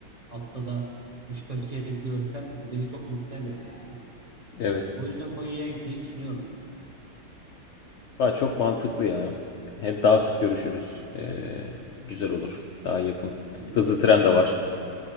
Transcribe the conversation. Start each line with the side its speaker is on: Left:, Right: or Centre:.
Right: haftada üç dört kez görsem e, beni çok mutlu eder yani.
Left: Evet.
Right: O yüzden Konya'ya gitmeyi düşünüyorum ya.
Left: Aa, çok mantıklı ya. Hem daha sık görüşürüz. Ee, güzel olur. Daha yakın.
Right: Hı hı.
Left: Hızlı tren de var.